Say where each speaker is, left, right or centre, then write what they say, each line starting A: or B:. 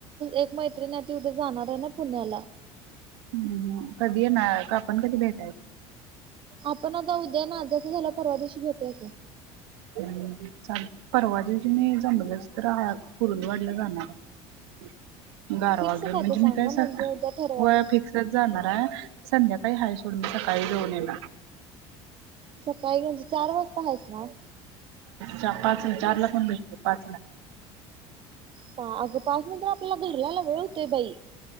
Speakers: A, on the right; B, on the right.
A: एक मैत्रीण जाणार आहे ना पुण्याला.
B: हम्म हम्म कधी येणार हाय आपण कधी भेटायच?
A: आपण आता उद्या नाझिया तुझ झाल्या वर परवा दिवशी भे ये कि.
B: हम्म चालतंय, परवा दिवशी मी जमलंच तर कुरुंदवाडला जाणार आहे. गारवा
A: फिक्स
B: घेऊन म्हणजे
A: ते सांगा
B: मी काय
A: म्हणजे
B: स,
A: उद्या ठरवायच
B: होय फिक्सच जाणार आहे. संध्याकाळी हाय सोड मी सकाळी जऊन येणार.
A: सकाळी घेऊन चार वाजता हायस ना?
B: चा पाचला चारला पण भेटतोय पाचला.
A: पा अगं पाच नंतर आपल्याला घरला यायला वेळ होतोय बई.